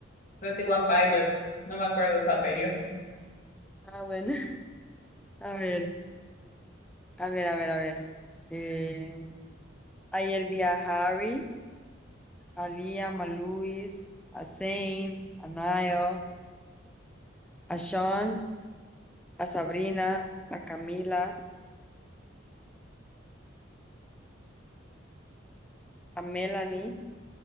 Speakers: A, on the left (about 40°); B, in the centre.
A: 21 Pilots, no me acuerdo su apellido.
B: Ah, bueno. <laughs> A ver, a ver, a ver, a ver. Eh, ayer vi a Harry, a Liam, a Luis, a Zane, a Niall, a Sean, a Sabrina, a Camila, a Melanie,